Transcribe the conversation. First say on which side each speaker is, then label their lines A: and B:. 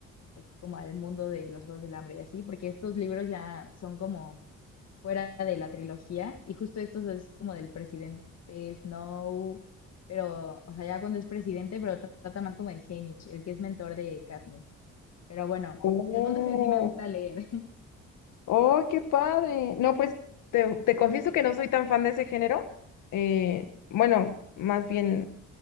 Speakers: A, on the left (about 55°); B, on the left (about 80°).
A: pues como al mundo de los Juegos del Hambre y así, porque estos libros ya son como fuera de la trilogía y justo estos es como del presidente Snow, pero, o sea, ya cuando es presidente, pero tra- trata más como de Haymitch, el que es mentor de Katniss. Pero bueno,
B: Oh.
A: el punto es que sí me gusta leer.
B: ¡Oh, qué padre! No, pues te, te confieso que no soy tan fan de ese género. Eh, bueno, más bien